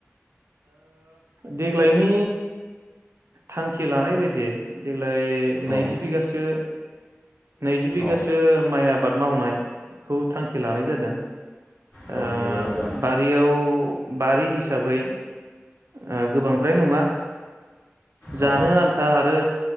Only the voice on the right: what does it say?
देग्लायनि थांखि लानाय बायदियै। देग्लाय नैजि
बिगासो। नैजि बिगासो
माइआ। आबाद मावनायखौ थांखि लानाय जादों।
ओ
बारियाव बारि हिसाबै आ गोबांद्राय नङा
जानो आन्था आरो